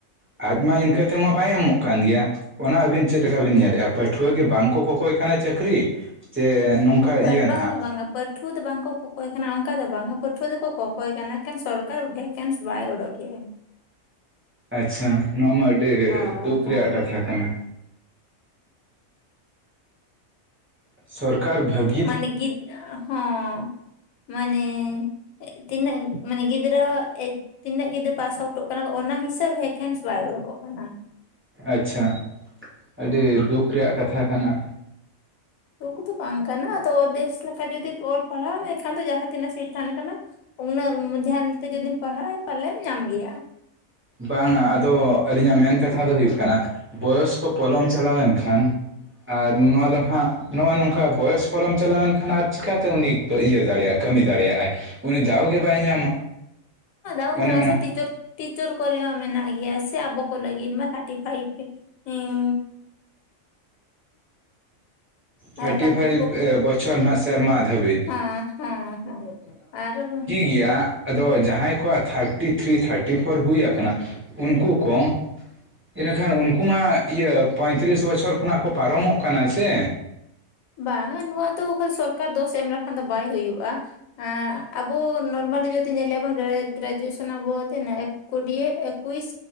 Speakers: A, on the right (about 20°); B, on the left (about 80°).
A: ᱟᱡ ᱢᱟ ᱤᱱᱠᱟᱹ ᱛᱮᱢᱟ ᱵᱟᱭ ᱮᱢᱚᱜ ᱠᱟᱱ ᱜᱮᱭᱟ᱾ ᱚᱱᱟ ᱟᱹᱵᱤᱱ ᱪᱮᱫ ᱞᱮᱠᱟ ᱵᱤᱱ ᱧᱮᱞᱮᱫ-ᱟ ᱯᱟᱹᱴᱷᱩᱣᱟᱹ ᱜᱮ ᱵᱟᱝᱠᱚ ᱠᱚᱠᱚᱭ ᱠᱟᱱᱟ ᱪᱟᱹᱠᱨᱤ ᱥᱮ ᱱᱚᱝᱠᱟ?
B: ᱯᱟ.
A: ᱤᱭᱟᱹ
B: ᱴ
A: ᱱᱟᱦᱟᱜ
B: ᱵᱟᱝᱟ ᱵᱟᱝᱟ ᱯᱟᱹᱴᱷᱩᱣᱟᱹ ᱫᱚ ᱵᱟᱝᱠᱚ ᱠᱚᱠᱚᱭ ᱠᱟᱱᱟ ᱚᱱᱠᱟ ᱫᱚ ᱵᱟᱝᱟ ᱯᱟᱹᱴᱷᱩᱣᱟᱹ ᱫᱚᱠᱚ ᱠᱚᱠᱚᱭ ᱠᱟᱱᱟ᱾ ᱠᱮᱱ ᱥᱚᱨᱠᱟᱨ ᱵᱷᱮᱠᱮᱱᱥ ᱵᱟᱭ ᱚᱰᱳᱜ ᱠᱮᱜ-ᱟ᱾
A: ᱟᱪᱪᱷᱟ, ᱱᱚᱣᱟ ᱢᱟ ᱟᱹᱰᱤ
B: ᱚ
A: ᱫᱩᱠ
B: ᱦᱚᱸ
A: ᱨᱮᱭᱟᱜ ᱠᱟᱛᱷᱟ ᱠᱟᱱᱟ᱾ ᱥᱚᱨᱠᱟᱨ ᱵᱷᱟᱹᱜᱤ
B: ᱢᱟᱱᱮ ᱜᱤᱫ ᱟ ᱦᱚᱸ, ᱢᱟᱱᱮ ᱛᱤᱱᱟᱹᱜ ᱢᱟᱱᱮ ᱜᱤᱫᱽᱨ ᱛᱟ. ᱣ ᱮᱭ, ᱛᱤᱱᱟᱹᱜ ᱜᱤᱫᱽᱨᱟᱹ ᱯᱟᱥ ᱟᱣᱴᱚᱜ ᱠᱟᱱᱟ ᱠᱚ ᱚᱱᱟ ᱦᱤᱥᱟᱹᱵ ᱵᱷᱮᱠᱮᱱᱥ ᱵᱟᱭ ᱩᱲᱳᱠᱚᱜ ᱠᱟᱱᱟ᱾
A: ᱟᱪᱪᱷᱟ, ᱟᱹᱰᱤ ᱫᱩᱠ ᱨᱮᱭᱟᱜ ᱠᱟᱛᱷᱟ ᱠᱟᱱᱟ᱾
B: ᱛᱚ, ᱩᱱᱠᱩᱛᱚ ᱵᱟᱝ ᱠᱟᱱᱟ ᱟᱫᱚ ᱵᱮᱥ ᱞᱮᱠᱟ ᱡᱩᱫᱤ ᱚᱞ ᱯᱟᱲᱦᱟᱣ ᱮᱱᱠᱷᱟᱱ ᱫᱚ ᱡᱟᱦᱟᱸ ᱛᱤᱱᱟᱹᱜ ᱥᱤᱴ ᱛᱟᱦᱮᱱ ᱠᱟᱱᱟᱼᱼ ᱩᱱᱟᱹᱜ ᱫᱷᱮᱭᱟᱱ ᱛᱮ ᱡᱩᱫᱤᱢ ᱯᱟᱲᱦᱟᱜ-ᱟ ᱯᱟᱞᱮᱢ ᱧᱟᱢ ᱜᱮᱭᱟ᱾
A: ᱵᱟᱝᱟ ᱟᱫᱚ ᱟᱹᱞᱤᱧᱟᱜ ᱢᱮᱱ ᱠᱟᱛᱷᱟ ᱫᱚ ᱦᱩᱭᱩᱜ ᱠᱟᱱᱟ ᱵᱚᱭᱚᱥ ᱠᱚ ᱯᱚᱞᱚᱢ ᱪᱟᱞᱟᱣ ᱮᱱ ᱠᱷᱟᱱ ᱟᱨ ᱱᱚᱣᱟ ᱫᱚ ᱱᱟᱦᱟᱜ ᱱᱚᱜ-ᱚᱭ ᱱᱚᱝᱠᱟ ᱵᱚᱭᱚᱥ ᱯᱚᱞᱚᱢ ᱪᱟᱞᱟᱣᱮᱱ ᱠᱷᱟᱱ ᱟᱨ ᱪᱤᱠᱟᱛᱮ ᱩᱱᱤ ᱛᱚ ᱤᱭᱟᱹ ᱫᱟᱲᱮᱭᱟᱜ-ᱟ, ᱠᱟᱹᱢᱤ ᱫᱟᱲᱮᱭᱟᱜ ᱟᱭ ᱩᱱᱤ ᱫᱟᱣ ᱜᱮ ᱵᱟᱭ ᱧᱟᱢᱟ᱾
B: ᱟᱞᱟᱣ
A: ᱚᱱᱮ
B: ᱧᱟᱢᱟᱥᱮ
A: ᱚᱱᱟ
B: ᱴᱤᱪᱟᱨ ᱴᱤᱪ, ᱪᱟ. ᱨ ᱠᱚᱨᱮᱭᱟᱜ ᱢᱮᱱᱟᱜ ᱜᱮᱭᱟ ᱥᱮ ᱟᱵᱚ ᱠᱚ ᱞᱟᱹᱜᱤᱫ ᱢᱟ ᱛᱷᱟᱴᱤ ᱯᱷᱟᱭᱤᱵ ᱤᱝ
A: ᱛᱷᱟᱨᱴᱤ
B: ᱟᱨ ᱵᱟᱹᱠᱤ
A: ᱯᱷᱟᱭᱤᱵᱷ ᱵᱚᱪᱷᱚᱨ ᱱᱟᱦᱟᱜ ᱥᱮᱨᱢᱟ ᱫᱷᱟᱹᱵᱤᱡ
B: <unintelligible> ᱟᱨᱦᱚᱸ
A: ᱤᱭᱟᱹ ᱦᱟᱸᱜ ᱟᱫᱚ ᱡᱟᱦᱟᱸᱭ ᱠᱚᱣᱟᱜ ᱛᱷᱟᱨᱴᱤ ᱛᱷᱨᱤ ᱛᱷᱟᱨᱴᱤ ᱯᱷᱳᱨ ᱦᱩᱭ ᱟᱠᱟᱱᱟ ᱩᱱᱠᱩ ᱠᱚ ᱤᱱᱟᱹᱠᱷᱟᱱ ᱩᱱᱠᱩ ᱢᱟ ᱤᱭᱟᱹ ᱯᱚᱶᱛᱤᱨᱤᱥ ᱵᱚᱪᱷᱚᱨ ᱠᱷᱚᱱᱟᱜ ᱠᱚ ᱯᱟᱨᱚᱢᱚᱜ ᱠᱟᱱᱟ ᱥᱮ
B: ᱵᱟᱝᱼᱟ ᱱᱚᱣᱟ ᱫᱚ ᱠᱷᱟᱹᱞᱤ ᱥᱚᱨᱠᱟᱨ ᱫᱚᱥ ᱮᱢ ᱞᱮᱠᱷᱟᱱ ᱫᱚ ᱵᱟᱭ ᱦᱩᱭᱩᱜᱼᱟ ᱟᱸᱜᱻ ᱟᱵᱚ ᱱᱚᱨᱢᱟᱞᱤ ᱡᱩᱫᱤ ᱧᱮᱞᱮᱜᱼᱟ ᱵᱚᱱ ᱜᱨᱮᱼ ᱜᱨᱮᱡᱩᱭᱮᱥᱚᱱ ᱟᱵᱚ ᱛᱤᱱᱟᱹᱜ ᱠᱩᱰᱤᱭᱟᱹ ᱮᱠᱠᱩᱤᱥ